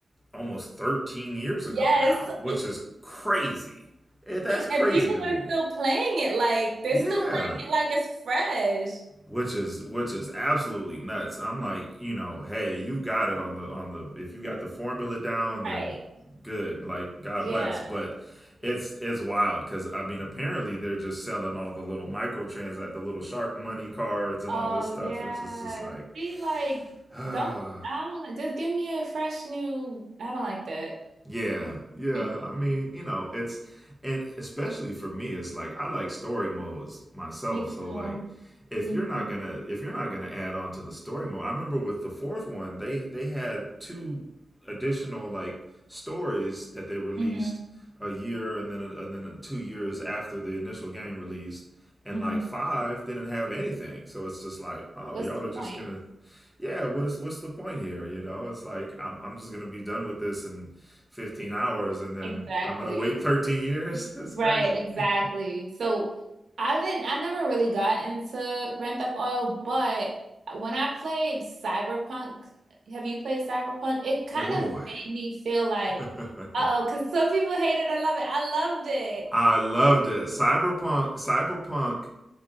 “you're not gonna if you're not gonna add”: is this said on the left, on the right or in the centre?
Centre